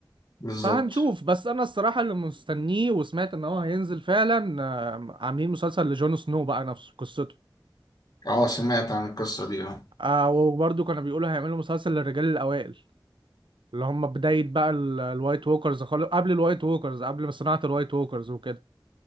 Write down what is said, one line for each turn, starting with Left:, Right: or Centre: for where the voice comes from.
Left: بالظبط
Right: فهنشوف بس انا الصراحه اللي مستنيه وسمعت ان هو هينزل فعلا آه، عاملين مسلسل لجون سنو بقى نفسه قصته
Left: اه سمعت عن القصة دي اه
Right: آه، وبرضو كانوا بيقولوا هيعملوا مسلسل للرجال الاوائل اللي هم بدايه بقى ال- الوايت ووكرز خالص قبل الوايت ووكرز قبل صناعه الوايت ووكرز وكده